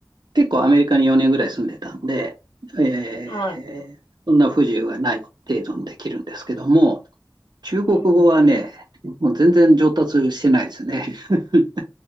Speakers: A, on the right (about 60°); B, on the left (about 80°).
A: 結構アメリカに4年ぐらい住んでたんで、えーそんな不自由がない程度にできるんですけども、
B: はい。
A: 中国語はね、
B: うん。
A: もう全然上達してないですね。<laughs>